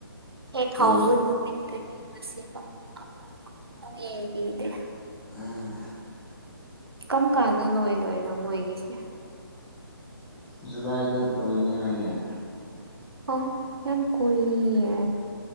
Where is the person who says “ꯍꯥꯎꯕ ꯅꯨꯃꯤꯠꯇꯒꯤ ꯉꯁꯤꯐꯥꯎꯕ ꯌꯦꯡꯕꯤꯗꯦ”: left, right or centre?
Right